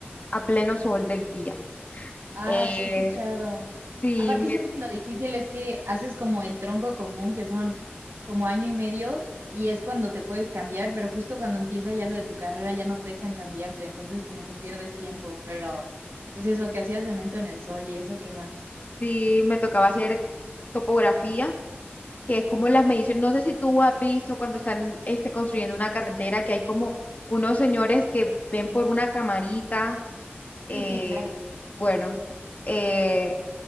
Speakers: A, on the left; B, on the right.
A: a pleno sol del día.
B: Ah,
A: Eh,
B: sí he escuchado.
A: sí,
B: Aparte
A: me
B: siento que lo difícil es que haces como el tronco común, que son como año y medio, y es cuando te puedes cambiar, pero justo cuando empieza ya lo de tu carrera ya no te dejan cambiarte, entonces como que pierdes tiempo, pero pues eso, que hacías cemento en el sol y eso, ¿qué más?
A: Sí, me tocaba hacer topografía, que es como las mediciones. No sé si tú has visto cuando están este, construyendo una carretera que hay como unos señores que ven por una camarita. eh,
B: Sí, sí, claro.
A: bueno, eh,